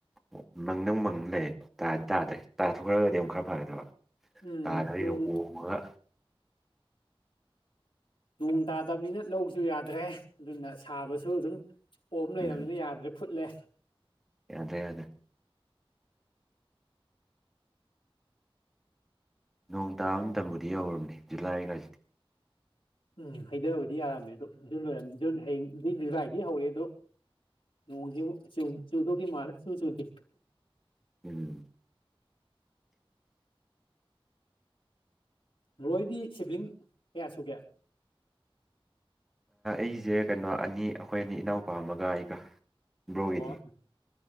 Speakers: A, in the centre; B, on the left.
A: ꯑꯣ ꯃꯪꯗꯥꯡ ꯃꯪꯕꯅꯦ ꯇꯥꯗꯤ ꯇꯥꯗ꯭ꯔꯦ ꯇꯥꯊꯣꯛꯈ꯭ꯔꯒꯗꯤ ꯑꯃꯨꯛ ꯈꯔ ꯐꯒꯗꯕ
B: ꯎꯝ
A: ꯇꯥꯕꯗꯤ
B: ꯅꯣꯡ
A: ꯑꯗꯨꯝ ꯑꯣꯝꯃꯒ
B: ꯅꯣꯡ ꯇꯥꯗꯝꯅꯤꯅ ꯂꯧꯁꯨ ꯌꯥꯗ꯭ꯔꯦ ꯑꯗꯨꯅ ꯁꯥꯕꯁꯨ ꯑꯗꯨꯝ ꯄꯣꯝ ꯂꯩꯔꯕꯅꯤꯅ
A: ꯎꯝ
B: ꯌꯥꯗ꯭ꯔꯦ ꯐꯨꯠꯂꯦ
A: ꯌꯥꯗ꯭ꯔꯦ ꯌꯥꯗ꯭ꯔꯦ ꯅꯣꯡ ꯇꯥꯕ ꯃꯇꯝꯕꯨꯗꯤ ꯌꯧꯔꯕꯅꯦ ꯖꯨꯂꯥꯏ ꯀꯥꯏꯁꯤꯗꯤ
B: ꯎꯝ ꯍꯩꯊꯕꯨꯗꯤ ꯌꯥꯔꯝꯃꯦ ꯑꯗꯣ ꯖꯨꯟ ꯖꯨꯟ ꯍꯌꯦꯡꯗꯩ ꯖꯨꯂꯥꯏꯗꯤ ꯍꯧꯔꯦ ꯑꯗꯣ ꯅꯣꯡꯁꯤꯕꯨ ꯆꯨꯗꯧꯗꯤ ꯃꯥꯜꯂꯦ ꯆꯨ ꯆꯨꯗꯦ
A: ꯎꯝ
B: ꯕ꯭ꯔꯣ ꯍꯣꯢꯗꯤ ꯁꯤꯝꯕ꯭ꯂꯤꯡ ꯀꯌꯥ ꯁꯨꯒꯦ
A: ꯑꯩꯁꯦ ꯀꯩꯅꯣ ꯑꯅꯤ ꯑꯩꯈꯣꯏ ꯑꯅꯤ ꯏꯅꯥꯎꯅꯨꯄꯥ ꯑꯃꯒ ꯑꯩꯒ ꯕ꯭ꯔꯣꯒꯤꯗꯤ
B: ꯑꯣ